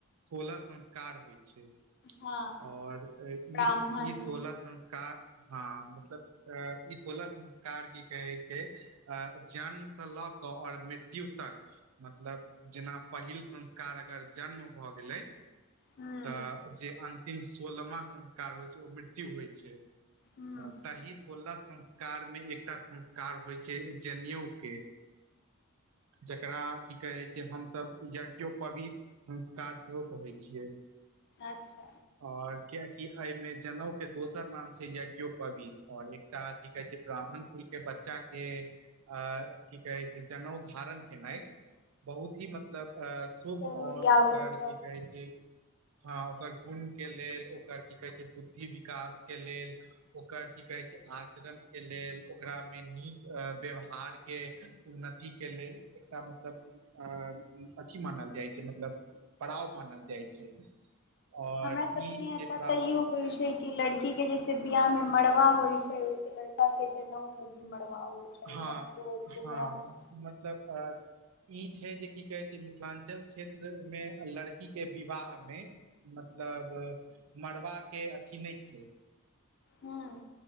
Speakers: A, on the right; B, on the left.
A: सोलह संस्कार होइ छै।
B: हँ
A: आओर ई
B: ब्राह्मण
A: ई सोलह संस्कार हँ मतलब अ ई सोलह संस्कार की कहै छै। अ जन्मसँ लऽ कऽ आओर मृत्यु तक मतलब जेना पहिल संस्कार अगर जन्म भऽ गेलै।
B: हूं
A: तऽ जे अन्तिम सोलमा संस्कार होइ छै, ओ मृत्यु होइ छै।
B: हूं
A: त तहि सोलह संस्कारमे, एकटा संस्कार होइ छै, जनेयउके! जकरा क कहै छै, हमसभ यज्ञोपवी संस्कार सेहो कहै छियै।
B: अच्छा
A: आओर कियकि एहिमे जनेउ के दोसर नाम छै, य यज्ञयोपबित, आऔर एकटा की कहे छै, ब्राह्मण कुल के बच्चा के अ की कहै छै, जनउ धारण केनाइ बहुत ही मतलब अ शुभ
B: जरूरी
A: आओर
B: आवश्यक
A: ओकर की कहै छै? हँ, ओकर गुण के लेल, ओकर की कहै छै, बुद्धि विकास के लेल। ओकर की कहै छै, आचरणके लेल, ओकरामे नीक व्यवहार के उन्नति के लेल, एकटा मतलब अ अथी मानल जाइ छै, मतलब पड़ाव मानल जाइ छै, और
B: हमरा सबके
A: ई
B: एतऽ
A: जे पड़ाव
B: तऽ इहो होइ छै कि, लड़की के जैसे बियाह मे मड़बा होइ छै, ओहिसे लड़का के जनउ हो मरबा हो चाहे
A: हँ
B: म घुमरा
A: हँ
B: <unintelligible>
A: मतलब अ ई छै जे की कहे छै, मिथिलांञ्चल क्षेत्र मे, लड़की के विवाह मे मतलब मड़बाके अथी नहि छै।
B: हूं